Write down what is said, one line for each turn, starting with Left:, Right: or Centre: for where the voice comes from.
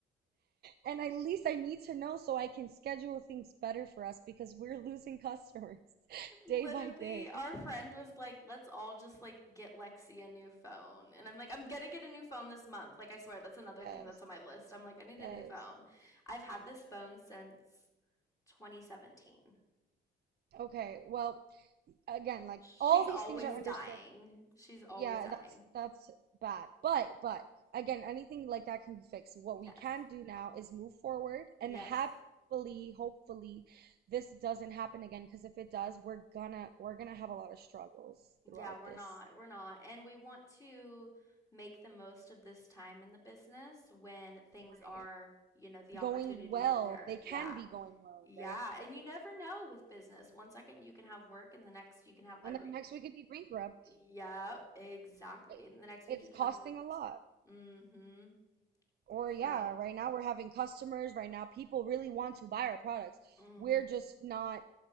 Right: and at least I need to know so I can schedule things better for us because we're losing customers <laughs>
Left: <laughs> Literally,
Right: day by day.
Left: our friend was like, "Let's all just like get Lexi a new phone." And I'm like, "I'm gonna get a new phone this month." Like I swear that's another
Right: Yes.
Left: thing that's on my list. I'm like, "I need
Right: Yes.
Left: a new phone." I've had this phone since 2017.
Right: Okay. Well, again, like
Left: She's
Right: all these
Left: always
Right: things are understand
Left: dying. She's always
Right: Yeah,
Left: dying.
Right: that's that's bad. But but again, anything like that can be fixed. What
Left: Yes.
Right: we can do now is move forward and
Left: Yes.
Right: happily, hopefully, this doesn't happen again. Because if it does, we're gonna we're gonna have a lot of struggles
Left: Yeah,
Right: throughout
Left: we're
Right: this.
Left: not. We're not. And we want to make the most of this time in the business when things
Right: Right.
Left: are, you know, the opportunities
Right: Going well,
Left: are there.
Right: they
Left: Yeah.
Right: can be going well,
Left: Yeah.
Right: right?
Left: And you never know with business. One second you can have work and the next you can have
Right: And
Left: or,
Right: then next we could be bankrupt.
Left: yep, exactly.
Right: It,
Left: And the next
Right: it's
Left: week you can
Right: costing
Left: have no customer.
Right: a lot.
Left: Mm-hmm.
Right: Or yeah,
Left: So,
Right: right now we're having customers. Right now, people really want to buy our products.
Left: mm-hmm.
Right: We're just not